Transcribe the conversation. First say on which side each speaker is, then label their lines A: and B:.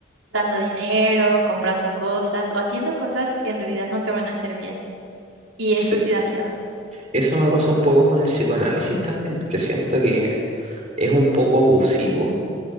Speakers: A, on the right; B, on the right.
A: dando dinero, comprando cosas o haciendo cosas que en realidad no te van a hacer bien. Y
B: Se-
A: eso sí da miedo.
B: Eso me pasa un poco con el psicoanálisis también, que siento que es un poco abusivo